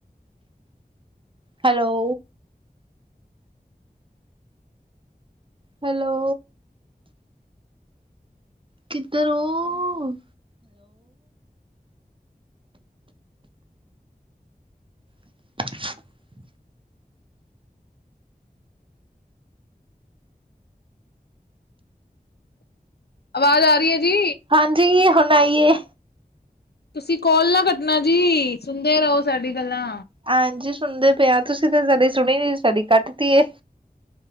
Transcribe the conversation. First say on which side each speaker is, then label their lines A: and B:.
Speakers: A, on the right; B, on the left.
A: ਹੈਲੋ। ਹੈਲੋ। ਕਿੱਧਰ ਹੋ? <inaudible>
B: ਆਵਾਜ਼ ਆ ਰਹੀ ਹੈ ਜੀ
A: ਹਾਂਜੀ ਹੁਣ ਆਈ ਏ
B: ਤੁਸੀਂ ਕੋਲ ਨਾ ਕੱਟਨਾ ਜੀ ਸੁਣਦੇ ਰਹੋ ਸਾਡੀ ਗੱਲਾਂ
A: ਹਾਂਜੀ ਸੁਣਦੇ ਪਏ ਆ ਤੁਸੀਂ ਤਾਂ ਸਾਡੀ ਸੁਣੀ ਨਹੀਂ ਸਾਡੀ ਕੱਟਤੀ ਏ